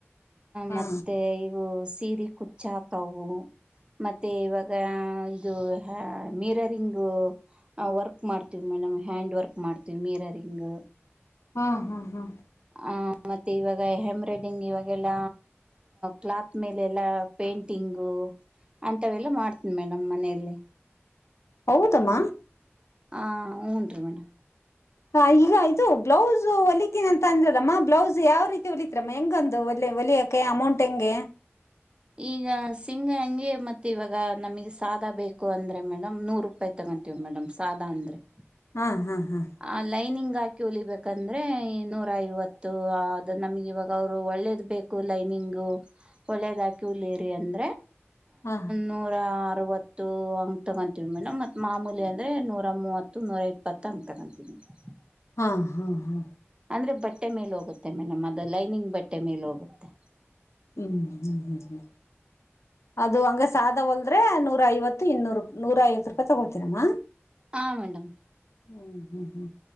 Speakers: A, on the left (about 80°); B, on the right (about 20°).
A: ಹಾ
B: ಮತ್ತೆ ಇವು ಸೀರಿ ಕುಚ್ಚಾಕವು ಮತ್ತೆ ಇವಾಗ ಇದು ಮೀರರಿಂಗ್ ವರ್ಕ್ ಮಾಡ್ತ ಲೆ ಹ್ಯಾಂಡ್ ವರ್ಕ್ ಮಾಡ್ತೀವಿ ಮೀರರಿಂಗ್
A: ಹಾ ಹಾ ಹಾ
B: ಆ ಮತ್ತೆ ಇವಾಗ ಹ್ಯಂಬ್ರೈಡಿಂಗ್ ಇವಾಗೆಲ್ಲ ಕ್ಲಾತ್ ಮೇಲೆ ಎಲ್ಲ ಪೇಂಟಿಂಗು ಅಂತವೆಲ್ಲ ಮಾಡ್ತೀನಿ ಮೇಡಮ್ ಮನೆಯಲ್ಲಿ
A: ಹೌದಮ್ಮ
B: ಹ ಹಊನ್ ರೀ ಮೇಡಮ್
A: ಹ ಈಗ ಇದು ಬ್ಲೌಸ್ ಹೊಲಿತೀನ ಅಂತ ಅಂದ್ರಮ್ಮ ಬ್ಲೌಸ್ ಯಾವ ರೀತಿ ಹೊಲತ್ರಮ್ಮ ಹೆಂಗೊಂದು ಒಲ ಒಳಿಯಕ ಅಮೌಂಟ್ ಎಂಗ
B: ಈಗ ಸಿಂಗ ಹಂಗೆ ಮತ್ತ್ ಇವಾಗ ನಮಗ್ ಸಾದ ಬೇಕು ಅಂದ್ರೆ ಮೇಡಮ್ ನೂರು ರೂಪಾಯಿ ತ ಮಾಡ್ತೇವಿ ಮೇಡಮ್ ಸಾದಾ ಅಂದ್ರೆ <inaudible>
A: ಹಾ ಹಾ ಹಾ
B: ಆ ಲೈನಿಂಗ್ ಆಕಿ ಕ್ಯೂಲಿಬೇಕಂದ್ರೆ ನೂರ ಐವತ್ತು ಅದು ನಮ್ಗೆ ಇವಾಗ ಅವ್ರು ಒಳ್ಳೇದ ಬೇಕು ಲೈನಿಂಗ್ ಒಳ್ಳದ ಅಂದ್ರೆ
A: ಹಾ
B: ನೂರ ಅರವತ್ತು ಅಂಗ ತಗೊಂತೀವಿ ಮ ನಮ್ ಮತ್ ಮಾಮೂಲಿ ಅಂದ್ರೆ ನೂರ ಮೂವತ್ತು ನೂರ ಇಪ್ಪತ್ತು ಅಂಗ ತ ಹತ <inaudible>
A: ಹಾ ಹಾ ಹಾ
B: ಅಂದ್ರೆ ಬಟ್ಟೆ ಮೇಲೆ ಹೋಗುತ್ತೆ ಮೇಡಮ್ ಅದು ಲೈನಿಂಗ್ ಬಟ್ಟೆ ಮೇಲೆ ಹೋಗುತ್ತೆ
A: ಹ್ಮ್ ಹ್ಮ್ ಹ್ಮ್ ಹ್ಮ್ ಅದು ಹಂಗ ಸಾದ ಹೊಲ್ದ್ರೆ ನೂರ ಐವತ್ತು ಇನ್ನೂರು ನೂರ ಐವತ್ತು ರೂಪಾಯಿ ತಗೊಳ್ತೀರಮ್ಮ
B: ಹ ಮೇಡಮ್
A: ಹೂ ಹೂ ಹೂ